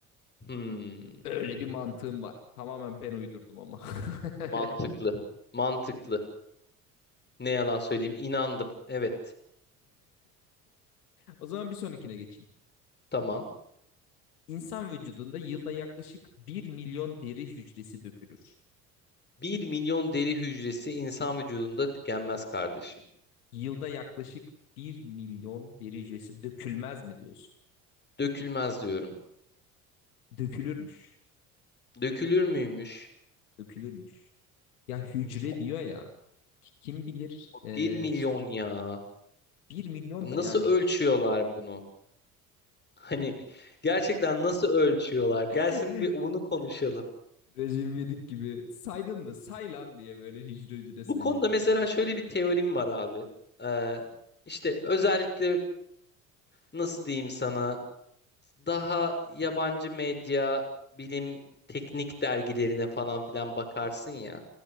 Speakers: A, on the left; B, on the left.
A: Hmm.
B: Öyle bir mantığım var. Tamamen ben uydurdum ama. <laughs>
A: Mantıklı. Mantıklı. Ne yalan söyleyeyim. inandım. Evet.
B: O zaman bir sonrakine geçeyim.
A: Tamam.
B: İnsan vücudunda yılda yaklaşık bir milyon deri hücresi dökülür.
A: Bir milyon deri hücresi insan vücudunda tükenmez kardeşim.
B: Yılda yaklaşık bir milyon deri hücresi dökülmez mi diyorsun?
A: Dökülmez diyorum.
B: Dökülürmüş.
A: Dökülür müymüş?
B: Dökülürmüş. Ya hücre
A: Vay,
B: diyor ya. Kim bilir e,
A: 1 milyon
B: işte
A: ya.
B: bir milyon
A: Nasıl
B: da yani
A: ölçüyorlar bunu? Hani gerçekten nasıl ölçüyorlar?
B: <laughs>
A: Gelsin bir onu konuşalım.
B: Recep İvedik gibi saydın mı? Say lan diye böyle hücre hücre
A: Bu
B: sayıyor
A: konuda
B: kenara.
A: mesela şöyle bir teorim var abi. Ee, işte özellikle nasıl diyeyim sana daha yabancı medya, bilim, teknik dergilerine falan filan bakarsın ya.